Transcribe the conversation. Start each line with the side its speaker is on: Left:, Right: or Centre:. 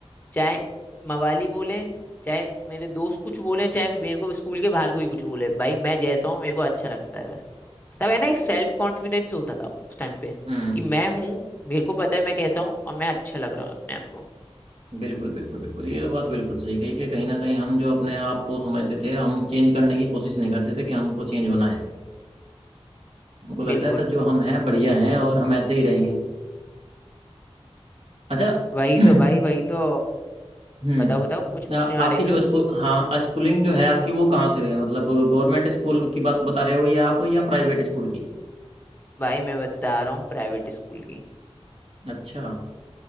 Left: चाहे मवाली बोले चाहे मेरे दोस्त कुछ बोले चाहे मेरे को स्कूल के बाहर कोई कुछ बोले भाई मैं जैसा हूँ मेरे को अच्छा लगता है बस तब है ना एक सेल्फ कॉन्फिडेंस होता था उस टाइम पे
Right: हम्म
Left: कि मैं हूँ मेरे को पता है मैं कैसा हूँ और मैं अच्छा लग रहा हूँ अपने आप को
Right: बिल्कुल बिल्कुल बिल्कुल ये तो बात बिल्कुल सही कही कि कहीं ना कहीं हम जो अपने आप को समझते थे हम चेंज करने की कोशिश नहीं करते थे कि हमको चेंज होना है हमको लगता
Left: बिल्कुल
Right: था जो हम हैं बढ़िया हैं और हम ऐसे ही रहेंगे अच्छा
Left: वही
Right: <clears throat>
Left: तो भाई वही तो
Right: हम्म
Left: बताओ बताओ कुछ पूछने
Right: आ-
Left: वाले
Right: आपकी
Left: थे तुम
Right: जो स्कूल हाँ स्कूलिंग जो है आपकी वो कहाँ से हुई है मतलब गवर्नमेंट स्कूल की बात बता रहे हो या आप या प्राइवेट स्कूल की
Left: भाई मैं बता रहा हूँ प्राइवेट स्कूल की
Right: अच्छा